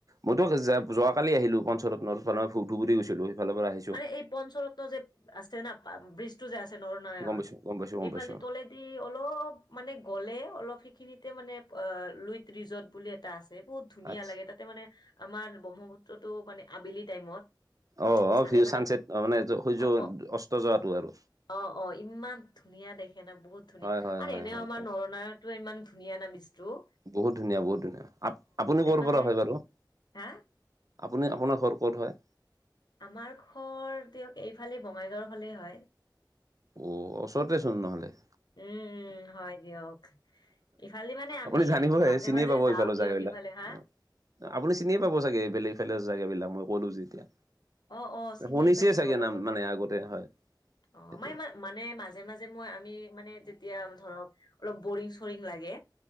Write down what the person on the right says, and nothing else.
মইতো
যাব যোৱা কালি আহিলো, পঞ্চৰত্ন পনা ধুবৰি গৈছিলো, সেইফালৰ পৰা আহিছ
গম পাইছো গম পাইছো গম
পাইছো
আচ্ছা
অ অ
ভিউ
চানচেট অ মানে সূৰ্য
অস্ত যোৱাটো আৰু।
হয় হয়
হয়
হয়
বহুত ধুনীয়া বহুত ধুনীয়া আ আপুনি কৰ
পৰা হয় বাৰু?
আপুনি আপোনাৰ ঘৰ ক'ত হয়?
অ ওচৰতে চোন নহ'লে।
আপুনি জানিবহে
চিনিয়ে
পাব
এইফালৰ
জেগাবিলাক
অ আপুনি চিনিয়ে পাব চাগে, এইবেলে এইফালে জাইগা বিলাক, মই ক'লো যে এতিয়া।
শুনিছে
চাগে
নাম
মানে আগতে হয়,
সেইটোৱে।